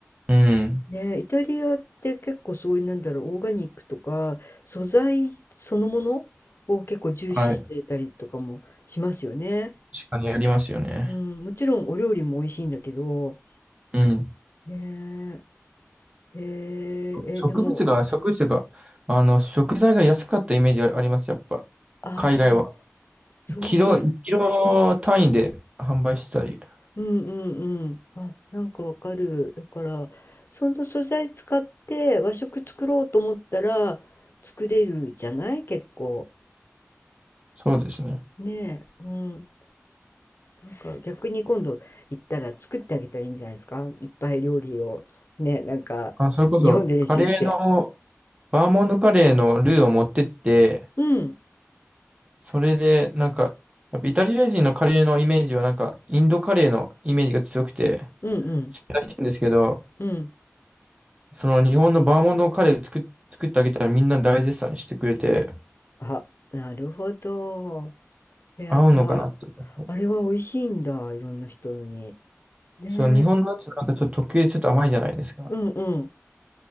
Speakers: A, on the right (about 20°); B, on the left (about 50°).
A: うん。
B: ね、イタリアって結構そういうなんだろう、オーガニックとか素材そのものを結構重視してたりとかもしますよね。
A: はい。確かにありますよね。
B: うん、もちろんお料理も美味しいんだけど、
A: うん。
B: ねえ、へええ、
A: そ植物が、
B: でも、
A: 植物が、あの、食材が安かったイメージあります、やっぱ。
B: あ
A: 海外は。
B: あ、そうか。
A: キロ、1キロ単位で販売してたり。
B: うんうんうん。あ、なんかわかる。だから、その素材使って和食作ろうと思ったら作れるじゃない結構。
A: そうですね。
B: ねえ。うん。なんか逆に今度行ったら作ってあげたらいいんじゃないですかいっぱい料理を。ね、なんか日本で練習して。
A: あ、それこそ、カレーの、バーモンドカレーのルーを持ってって、
B: うん。
A: それで、なんか、やっぱイタリア人のカレーのイメージは、なんか、インドカレーのイメージが強くて、
B: うんうん
A: 強いらしいんですけど、
B: うん。
A: その日本のバーモンドカレー作っ、作ってあげたらみんな大絶賛してくれて、
B: あ、なるほど。えやっぱ、
A: 合うのかなっていう。
B: あれは美味しいんだ。いろんな人に。ねえ。
A: その日本のやつなんかちょっと特有でちょっと甘いじゃないですか。
B: うんうん。